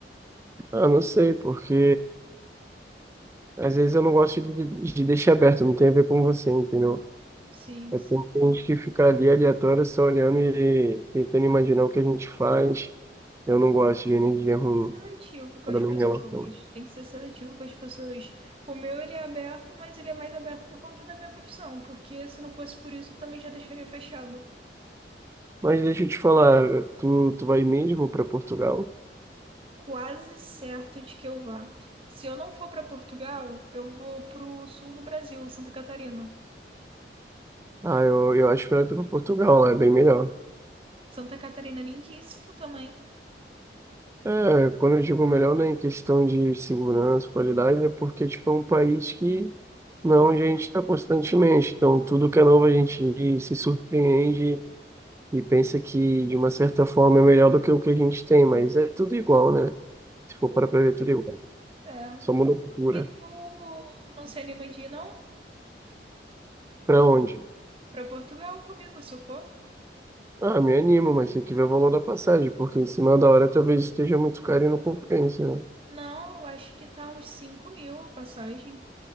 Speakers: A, on the right; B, on the right.
A: Ah, não sei, porque Às vezes eu não gosto de, de deixar aberto, não tem a ver com você, entendeu?
B: Sim.
A: É tem tem gente que fica ali aleatória só olhando e tentando imaginar o que a gente faz. Eu não gosto de energia ruim
B: seletivo com
A: quando
B: as
A: eu
B: pessoas.
A: me relaciono.
B: Tem que ser seletivo com as pessoas. O meu ele é aberto, mas ele é mais aberto por conta da minha profissão, porque se não fosse por isso, eu também já deixaria fechado.
A: Mas deixa eu te falar, tu, tu vai mesmo para Portugal?
B: Quase certo de que eu vá. Se eu não for para Portugal, eu vou pro sul do Brasil, Santa Catarina.
A: Ah, eu, eu acho melhor tu para Portugal, lá é bem melhor.
B: Santa Catarina é lindíssimo também.
A: É, quando eu digo melhor, não é em questão de segurança, qualidade, é porque tipo, é um país que não, a gente está constantemente. Então, tudo que é novo a gente se surpreende e pensa que, de uma certa forma, é melhor do que o que a gente tem, mas é tudo igual, né? Se for para ver, é tudo igual.
B: É.
A: Só muda a cultura.
B: E tu não se anima de ir, não?
A: Para onde?
B: Pra Portugal comigo, se eu for?
A: Ah, me animo, mas tem que ver o valor da passagem, porque em cima da hora talvez esteja muito caro e não compensa, né?
B: Não, eu acho que tá uns 5 mil a passagem.